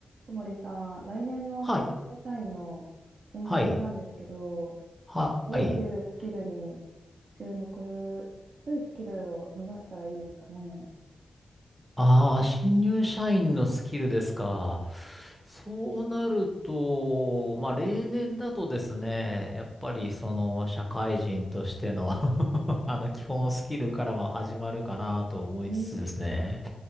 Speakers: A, on the right (about 60°); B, in the centre.
A: 小森さん、来年の新入社員の研修なんですけど、
B: はい。はい。はい。
A: どういうスキルに注目、どういうスキルを伸ばしたらいいですかね。
B: ああ、新入社員のスキルですか。そうなると、まあ、例年だとですね、やっぱりその社会人としての <laughs> あの基本スキルからは始まるかなと思いつつですね。
A: うーん、